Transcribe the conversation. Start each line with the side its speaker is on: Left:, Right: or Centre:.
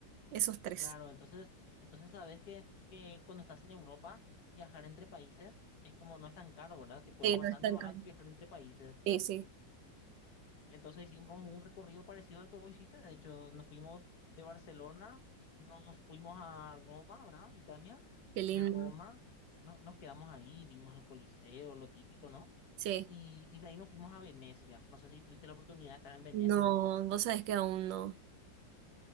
Right: Esos tres.
Left: Claro, entonces, entonces sabes que, que cuando estás en Europa, viajar entre países es como no es tan caro, ¿verdad? Tipo,
Right: Sí,
Left: es bastante
Right: no es tan
Left: barato
Right: caro.
Left: viajar entre países.
Right: Sí, sí.
Left: Entonces hicimos un recorrido parecido al que vos hiciste. De hecho, nos fuimos de Barcelona, nos fuimos a Roma, ¿verdad? Italia.
Right: Qué lindo.
Left: De Roma no, nos quedamos ahí, vimos el Coliseo, lo típico, ¿no?
Right: Sí.
Left: Y, y de ahí nos fuimos a Venecia. No sé si tuviste la oportunidad de estar en Venecia
Right: No,
Left: vos.
Right: vos sabés que aún no.